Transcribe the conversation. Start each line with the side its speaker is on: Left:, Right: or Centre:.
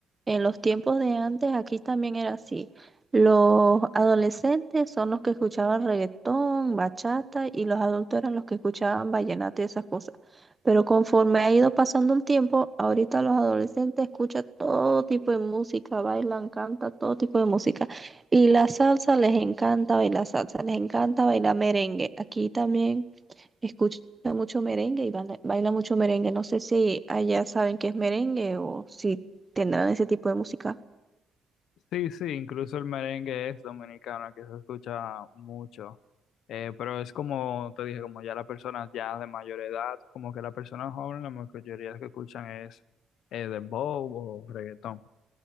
Right: en los tiempos de antes aquí también era así. Los adolescentes son los que escuchaban reggaetón, bachata y los adultos eran los que escuchaban vallenato y esas cosas. Pero conforme ha ido pasando el tiempo, ahorita los adolescentes escuchan todo tipo de música, bailan, cantan todo tipo de música. Y la salsa les encanta bailar salsa, les encanta bailar merengue. Aquí también. Escucha mucho merengue y baila, baila mucho merengue. No sé si allá saben qué es merengue o si tendrán ese tipo de música.
Left: Sí, sí, incluso el merengue es dominicano, que se escucha mucho. Eh, pero es como te dije, como ya las personas ya de mayor edad, como que las personas jóvenes, la mayoría que escuchan es eh, dembow o reggaetón.